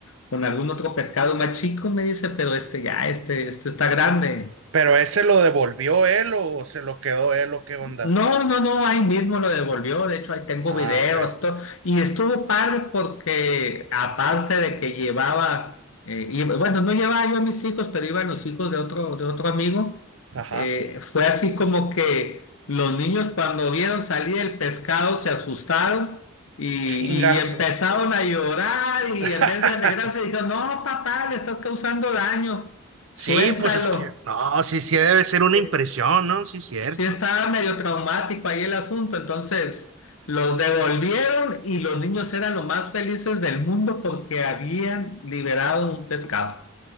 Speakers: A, on the left (about 75°); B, on the right (about 65°).
A: con algún otro pescado más chico, me dice, pero este ya, este, este está grande.
B: Pero ese lo devolvió él o se lo quedó él o qué onda.
A: No, no, no, ahí mismo lo devolvió, de hecho ahí tengo
B: Ah,
A: videos,
B: ok.
A: todo, y estuvo padre porque aparte de que llevaba, eh, y, bueno, no llevaba yo a mis hijos, pero iban los hijos de otro, de otro amigo,
B: Ajá.
A: eh, fue así como que los niños cuando vieron salir el pescado se asustaron y,
B: Chingazo.
A: y empezaron a llorar y
B: <laughs>
A: en vez de alegrarse dijeron, no, papá, le estás causando daño, suéltalo.
B: Sí, pues es que, no, sí, sí debe ser una
A: Eh,
B: impresión, ¿no? Sí, cierto.
A: sí estaba medio traumático ahí el asunto, entonces los devolvieron y los niños eran los más felices del mundo porque habían liberado un pescado,